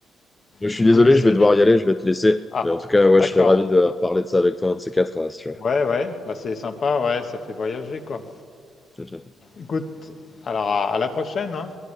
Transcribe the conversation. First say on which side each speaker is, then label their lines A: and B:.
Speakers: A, on the left (about 20°); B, on the left (about 50°).
A: Je suis
B: Tulum,
A: désolé,
B: c'est
A: je vais devoir
B: les.
A: y aller, je vais te laisser.
B: Ah,
A: Mais en tout cas, ouais,
B: d'accord.
A: je serais ravi de reparler de ça avec toi, un de ces quatre, là, si tu veux.
B: Ouais, ouais, bah c'est sympa, ouais, ça fait voyager quoi.
A: Ciao, ciao.
B: Écoute, alors à, à la prochaine, hein.